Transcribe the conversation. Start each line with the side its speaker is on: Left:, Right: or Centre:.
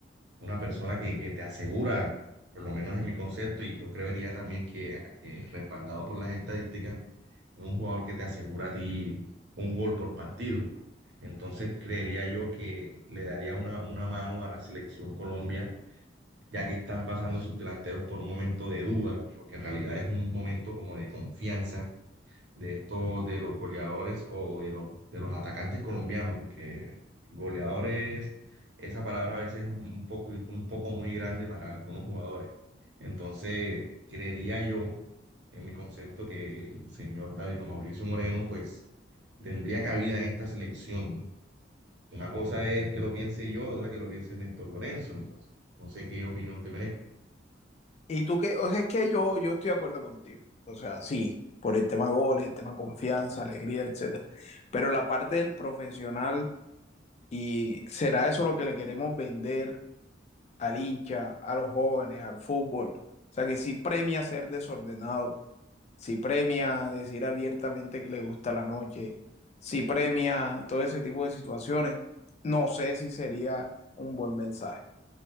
Right: una persona que, que te asegura, por lo menos en mi concepto, y yo creería también que eh, respaldado por las estadísticas, es un jugador que te asegura a ti un gol por partido. Entonces creería yo que le daría una, una mano a la selección Colombia ya que están pasando sus delanteros por un momento de duda, porque en realidad es un momento como de confianza de estos, de los goleadores o de los, de los atacantes colombianos, porque goleadores, esa palabra a veces es un poco, un poco muy grande para algunos jugadores. Entonces, creería yo, en mi concepto, que el señor David o Mauricio Moreno, pues, tendría cabida en esta selección. Una cosa es que lo piense yo, otra que lo piense Néstor Lorenzo, entonces. No sé qué opinión te merece.
Left: Y tú que, o sea, es que yo, yo estoy de acuerdo contigo. O sea, sí, por el tema goles, el tema confianza, alegría, etcétera. Pero la parte del profesional, y será eso lo que le queremos vender al hincha, a los jóvenes, al fútbol. O sea, que sí premia ser desordenado, sí premia decir abiertamente que le gusta la noche, sí premia todo ese tipo de situaciones. No sé si sería un buen mensaje.